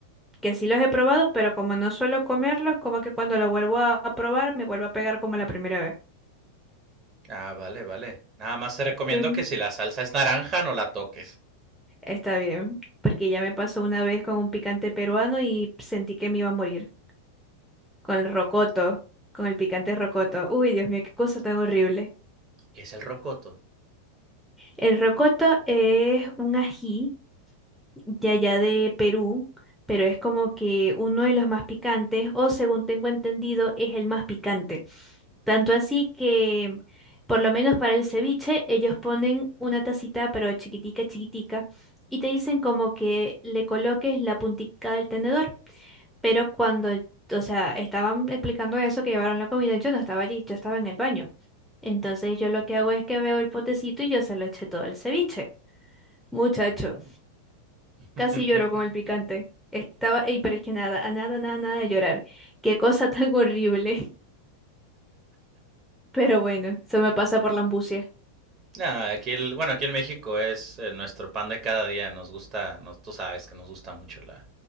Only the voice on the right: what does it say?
Ah, vale, vale. Nada más te recomiendo
que si la salsa es naranja no la toques.
¿Qué es el rocoto?
Mm. <laughs>
No, aquí el, bueno, aquí en México es eh, nuestro pan de cada día. Nos gusta, nos, tú sabes que nos gusta mucho la,